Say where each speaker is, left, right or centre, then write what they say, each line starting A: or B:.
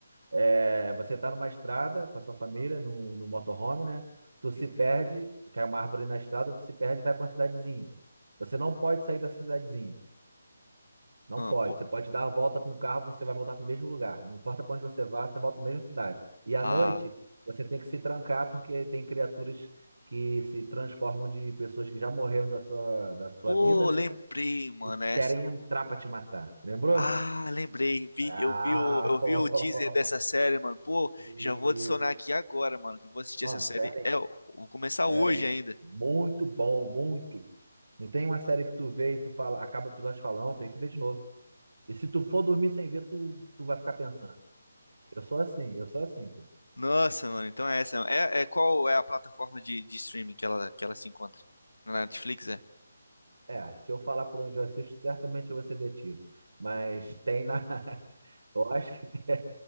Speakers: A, on the right; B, on the left.
A: É, você tá numa estrada com a sua família, no, no motorhome, né? Tu se
B: Uhum.
A: perde, cai uma árvore na estrada, tu se perde e vai pra uma cidadezinha. Você não pode sair dessa cidadezinha. Não
B: Ah,
A: pode.
B: pô...
A: Você pode dar a volta com o carro, você vai voltar para o mesmo lugar. Não importa para onde você vá, você volta para a mesma cidade. E à
B: ah,
A: noite, você tem que se trancar porque tem criaturas que se transformam de pessoas que já morreram da sua, da sua
B: pô,
A: vida, né?
B: lembrei, mano.
A: E
B: Essa.
A: querem entrar para te matar. Lembrou?
B: Ah, lembrei, vi,
A: Ah!
B: eu vi o, eu
A: <laughs>
B: vi o teaser dessa série, mano. Pô,
A: Isso.
B: já vou adicionar aqui agora, mano, que eu vou assistir
A: Mano,
B: essa série.
A: sério, hein?
B: É, eu vou começar
A: sério.
B: hoje
A: hein?
B: ainda.
A: Muito bom, muito. Não tem uma série que tu vê e tu fala, acaba o episódio e fala, não, tem que ver de novo. E se tu for dormir sem ver, tu, tu vai ficar pensando. Eu sou assim, eu sou assim, pô.
B: Nossa, mano, então é essa. É, é qual é a plataforma de, de streaming que ela, que ela se encontra? Na Netflix, é?
A: É, se eu falar por onde eu assisto, certamente eu vou ser detido. Mas tem na. <laughs> Eu acho que tem,